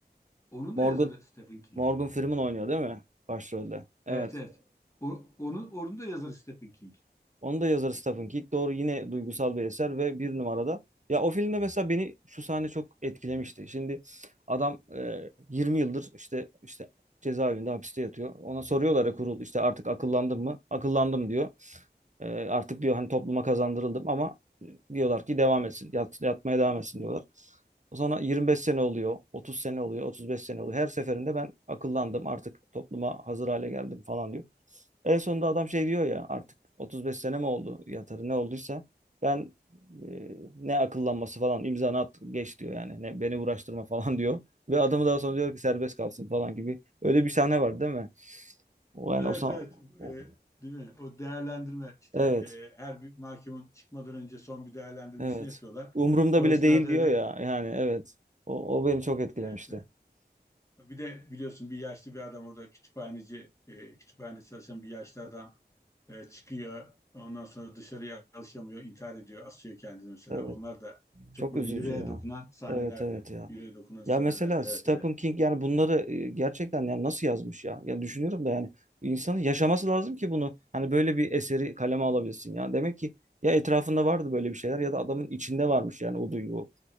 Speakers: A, on the left (about 15°); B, on the right (about 45°).
A: Onun
B: Morgan
A: da yazarı Stephen King.
B: Morgan Freeman oynuyor değil mi? Başrolde. Evet.
A: Evet, evet. O, onun, onun da yazarı Stephen King.
B: Onu da yazarı Stephen King. Doğru yine duygusal bir eser ve bir numarada. Ya o filmde mesela beni şu sahne çok etkilemişti. Şimdi adam e, 20 yıldır işte işte cezaevinde hapiste yatıyor. Ona soruyorlar ya kurul işte artık akıllandın mı? Akıllandım diyor. E, artık diyor hani topluma kazandırıldım ama diyorlar ki devam etsin. Yat, yatmaya devam etsin diyorlar. O sonra 25 sene oluyor, 30 sene oluyor, 35 sene oluyor. Her seferinde ben akıllandım artık topluma hazır hale geldim falan diyor. En sonunda adam şey diyor ya artık 35 sene mi oldu yatarı ne olduysa ben e, ne akıllanması falan imzanı at geç diyor yani ne beni uğraştırma falan <laughs> diyor ve adamı daha sonra diyor ki serbest kalsın falan gibi öyle bir sahne var değil mi? O yani
A: Evet,
B: o, sa-
A: evet. E,
B: o-
A: değil mi? O değerlendirme, işte
B: evet
A: e, her bir mahkumun çıkmadan önce son bir değerlendirmesini
B: evet
A: yapıyorlar.
B: umurumda
A: O
B: bile
A: esnada
B: değil diyor
A: öyle...
B: ya yani evet o, o beni çok etkilemişti.
A: Evet, evet. Bir de biliyorsun bir yaşlı bir adam orada kütüphaneci, e, kütüphanede çalışan bir yaşlı adam E, çıkıyor. Ondan sonra dışarıya alışamıyor, intihar ediyor, asıyor kendini mesela.
B: Evet.
A: Onlar da çok
B: Çok
A: böyle
B: üzücü
A: yüreğe
B: ya.
A: dokunan sahnelerde,
B: Evet evet ya.
A: Yüreğe dokunan sahnelerde.
B: Ya mesela
A: Evet,
B: Stephen
A: evet.
B: King yani bunları e, gerçekten yani nasıl yazmış ya? Ya düşünüyorum da yani bu insanın yaşaması lazım ki bunu hani böyle bir eseri kaleme alabilsin ya. Demek ki ya etrafında vardı böyle bir şeyler ya da adamın içinde varmış yani o duygu.